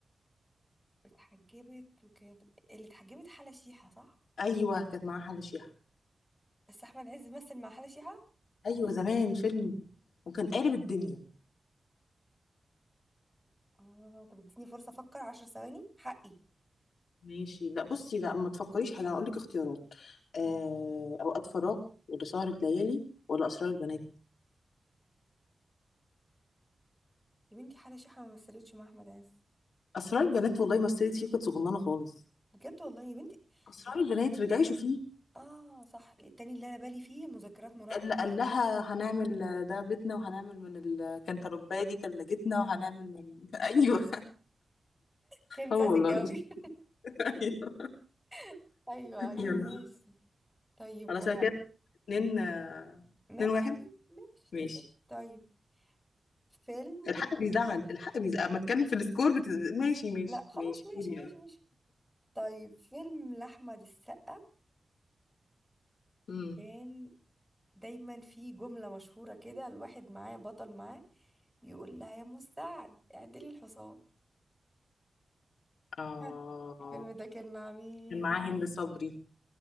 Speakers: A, in the centre; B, on the left (about 80°).
A: اتحجبت وكانت اللي اتحجبت حلا شيحه صح
B: ايوه كانت معاه حل شيحه
A: بس احمد عز مثل مع حلا شيحه
B: ايوه زمان فيلم وكان قالب الدنيا
A: اه طب اديني فرصه افكر عشر ثواني حقي
B: ماشي لا بصي لا ما تفكريش حاجه هقول لك اختيارات
A: مم.
B: آه... اوقات فراغ ولا سهره ليالي ولا اسرار البنات
A: يا بنتي حلا شيحه ما مثلتش مع احمد عز
B: اسرار البنات والله مثلت فيه كانت صغننه خالص
A: بجد والله يا بنتي
B: اسرار
A: مش...
B: البنات رجعي شوفيه
A: اه صح التاني اللي انا بالي فيه مذكرات مراهقة
B: اللي قال لها هنعمل ده بيتنا وهنعمل من الكنتالوبايه دي تلاجتنا وهنعمل من <laughs> ايوه
A: كان
B: اه
A: ساذج
B: والله
A: قوي
B: <laughs> ايوه
A: <laughs> ايوه ايوه
B: يلا
A: ماشي طيب
B: خلاص أنا كده اتنين آه، اتنين
A: ماشي
B: واحد
A: ماشي
B: ماشي
A: يا ستي طيب فيلم
B: الحق بيزعل الحق بيزعل اما اتكلم في السكور بتز... ماشي ماشي
A: لا خلاص
B: ماشي
A: ماشي
B: قولي
A: ماشي
B: يلا
A: ماشي طيب فيلم لأحمد السقا
B: امم
A: كان دايما في جملة مشهورة كده الواحد معاه بطل معاه يقول لها يا مساعد اعدلي الحصان
B: اه
A: ها، الفيلم ده كان مع مين
B: كان معاه هند صبري